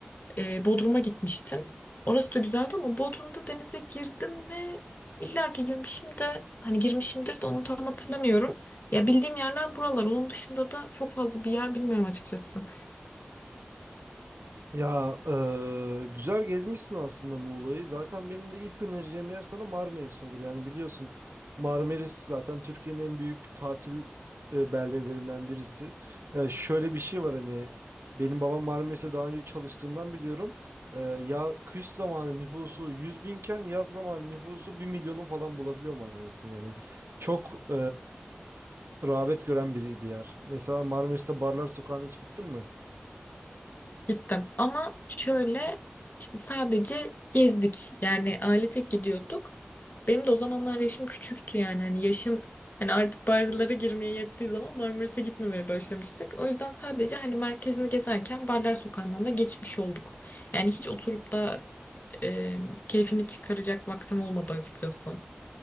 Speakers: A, on the left (about 50°); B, on the right (about 80°).
A: e, Bodrum'a gitmiştim. Orası da güzeldi ama Bodrum'da denize girdim mi? İlla ki girmişim de hani girmişimdir de onu tam hatırlamıyorum. Ya bildiğim yerler buralar. Onun dışında da çok fazla bir yer bilmiyorum açıkçası.
B: Ya eee, güzel gezmişsin aslında Muğla'yı. Zaten benim de ilk önereceğim yer sana Marmaris olur. Yani biliyorsun Marmaris zaten Türkiye'nin en büyük tatil e, beldelerinden birisi. Ya şöyle bir şey var hani benim babam Marmaris'e daha önce çalıştığından biliyorum. Eee, ya kış zamanı nüfusu 100 binken yaz zamanı nüfusu bir milyonu falan bulabiliyor Marmaris'in. Yani çok rağbet gören bir, bir yer. Mesela Marmaris'te Barlar Sokağı'na hiç gittin mi?
A: Gittim ama şöyle işte sadece gezdik yani ailecek gidiyorduk. Benim de o zamanlar yaşım küçüktü yani hani yaşım hani artık barlara girmeye yettiği zaman Marmaris'e gitmemeye başlamıştık. O yüzden sadece hani merkezini gezerken Barlar Sokağı'ndan da geçmiş olduk. Yani hiç oturup da e, keyfini çıkaracak vaktim olmadı açıkçası.